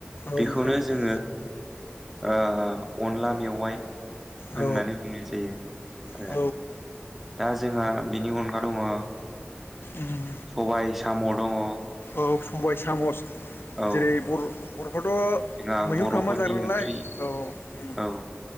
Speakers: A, on the left; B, in the centre.
A: औ
B: बेखौनो
A: नोंथां
B: जोङो
A: औ।
B: ओ अनला मेवाइ होननानै
A: औ
B: बुंनाय जायो आरो
A: औ
B: दा जोंहा बिनि अनगा दङ ओ
A: उम
B: सबाय साम' दङ
A: औ सबाय सामस
B: औ
A: जेरै बर' बेखैथ
B: जोंहा
A: मैहुर
B: बर'फोरनि
A: खालामा जाग्रा नालाय
B: ओंख्रि
A: औ उम
B: औ